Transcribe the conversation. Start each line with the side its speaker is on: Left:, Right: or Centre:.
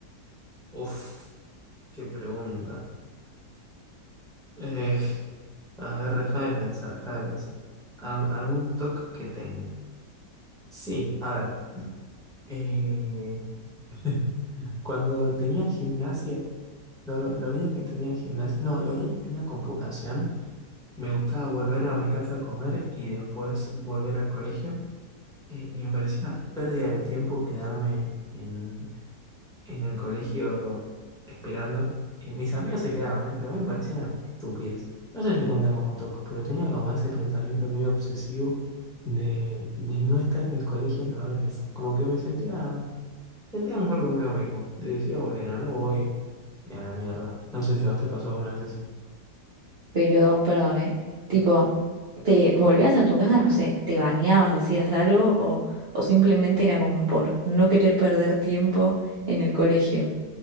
Centre: Uf, qué pregunta. Eh, a ver, déjame pensar, déjame pensar. Al- algún toque que tenga. Sí, a ver. eh, <laughs> cuando tenía gimnasia, lo- los días que tenía gimnasia, no, los días que tenía computación, me gustaba volver a mi casa a comer y después volver al colegio. eh, y me parecía una pérdida de tiempo quedarme en en el colegio esperando. Y mis amigos se quedaban, ¿eh? Pero a mí me parecía una estupidez. No sé si cuenta como TOC, pero tenía como ese pensamiento medio obsesivo de, de no estar en el colegio en la hora esa. Como que me sentía, sentía mejor conmigo mismo. Y decía, bueno, no voy. Y a la mierda. No sé si a vos te pasó alguna vez eso.
Right: Pero, perdón, ¿eh? Tipo, ¿te volvías a tu casa? No sé, ¿te bañabas, hacías algo? ¿O, o simplemente era como por no querer perder tiempo en el colegio?